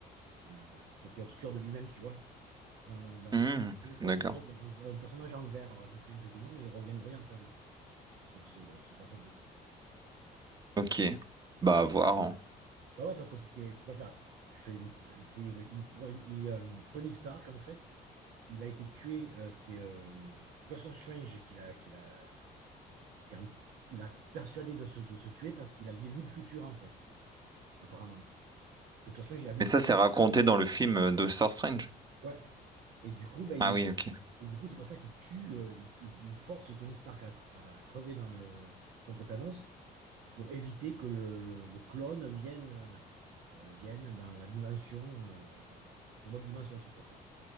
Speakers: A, on the right (about 80°); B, on the right (about 25°).
A: un côté obscur de lui-même, tu vois, en- dans
B: Hmm,
A: un autre
B: d'accord.
A: personnage, un personnage en vert. Alors je me souviens plus du nom, mais il reviendrait après sur ce, ce personnage.
B: Ok. Bah
A: Ouais.
B: à voir. hein.
A: Bah ouais, parce que c'était, tu vois, faire, je fais vite. C'est- il pourrait- il, euh, Tony Stark, en fait, il a été tué. euh, c'est euh, Doctor Strange qui l'a, qui l'a, qui a- il a persuadé de se, de se tuer parce qu'il avait vu le futur, en fait, apparemment. Doctor Strange, il a vu
B: Et
A: le.
B: ça, c'est raconté dans le film euh, Doctor Strange.
A: Ouais. Et du coup, ben,
B: Ah
A: il-
B: oui, ok.
A: et du coup, c'est pour ça qu'il tue, euh, il, il- il force Tony Stark à, à crever dans le, contre Thanos pour éviter que le, le- le clone vienne, euh, vienne dans la dimension, euh, dans notre dimension, si tu préfères.